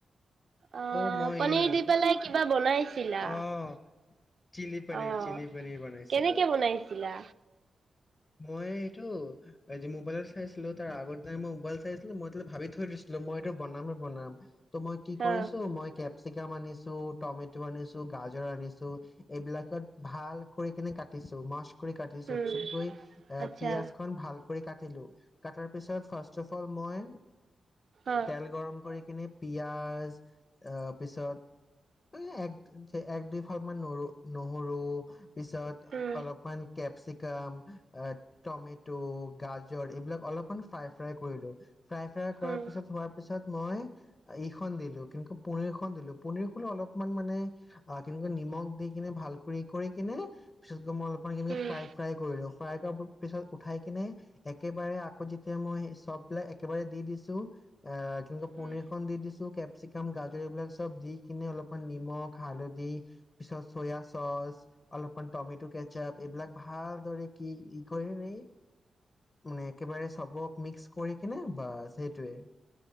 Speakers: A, on the right (about 60°); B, on the left (about 35°).
A: আহ
B: অ', মই
A: পনিৰ
B: এই
A: দি পেলাই কিবা বনাইছিলা,
B: অ', চিলি পনীৰ
A: আহ
B: চিলি পনীৰ বনাইছিলো
A: কেনেকে বনাইছিলা?
B: মই এইটো আজি মোবাইলত চাইছিলো তাৰ আগত মই মোবাইল চাই আছিলো মই ভাবি থৈ দিছিলো মই এইটো বনামে বনাম। ত' মই কি কৰিছো
A: অ
B: মই কেপ চিগাম আনিছো, টমেটো আনিছো, গাজৰ আনিছো এইবিলাকত ভাল কৰি কিনে কাটিছো মাছ। কৰি কাটিছো
A: উম
B: পাছত গৈ এ
A: আচ্ছা
B: পিয়াজ খন ভাল। কাটিলো, কাতাৰ পিছত ফাছ অফ অল মই
A: অ
B: তেল গৰম কৰি কিনি। পিয়াজ অ পিছত এক এক দুই ফাল মান নহৰু। পিছত
A: উম
B: অলপমান কেপচিক কাম এ টমেটো, গাজৰ এইবিলাক অলপমান ফ্ৰাই ফ্ৰাই কৰিলো। ফ্ৰাই -ফ্ৰাই কৰাৰ
A: উম
B: পিছত হোৱাৰ পিছত মই ইখন দিলো কেনেক পনিৰ খন দিলো পনিৰ খোন অলপমান মানে অ কেনেকৈ নিমখ দি কিনে ভাল কৰি কৰি কিনে পিছত মই আপ কেনেকে
A: উম
B: ফ্ৰাই ফ্ৰাই কৰিলো। ফ্ৰাই কৰিব পিছত উঠাই কিনে একেবাৰে আকৌ যেতিয়া মই চববিলাক একেবাৰে দি দিছো। অ কেনেকে
A: উম
B: পনিৰ খন দি দিছো কেপচিকাম, গাজৰ এইবিলাক। দি কিনে অলপমান নিমখ হালধি পিছত চয়া চচ অলপমান টমেট কেচপ এইবিলাক ভালদৰে কি ই কৰি ৰে মানে একেবাৰে চবক মিক্স কৰি কিনে বাচ সেইটোৱে।